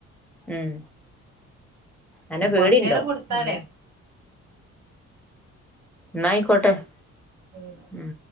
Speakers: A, in the centre; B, on the right (about 70°).
A: ഉം അന്നെ പേടിണ്ടോ
B: കൊർച്ചേരം കൊട്ത്താലേ
A: പിന്നെ ന്നാഅയ്കോട്ടെ
B: എന്നാ
A: ഉം